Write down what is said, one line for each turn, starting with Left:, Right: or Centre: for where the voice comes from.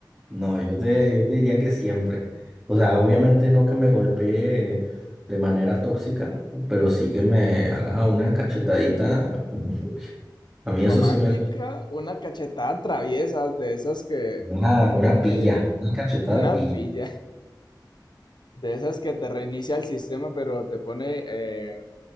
Right: No, yo te, yo te diría que siempre. O sea, obviamente no que me golpee de manera tóxica, pero sí que me haga una cachetadita. <laughs> A mí
Left: ¿Romántica?
Right: eso sí me gusta.
Left: ¿Una cachetada traviesa de esas que,
Right: Una, una pilla,
Left: que,
Right: una cachetada
Left: una pilla? De esas que te reinicia el sistema, pero te pone eh,